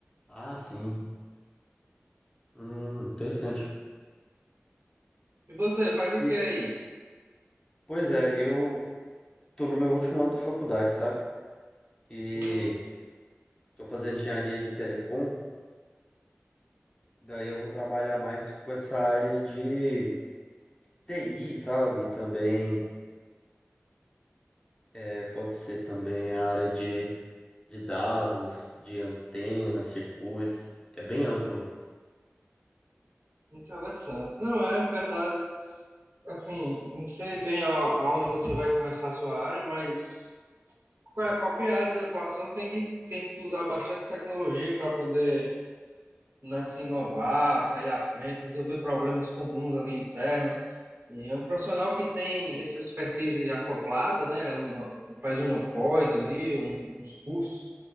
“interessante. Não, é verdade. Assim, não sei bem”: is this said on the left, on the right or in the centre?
Right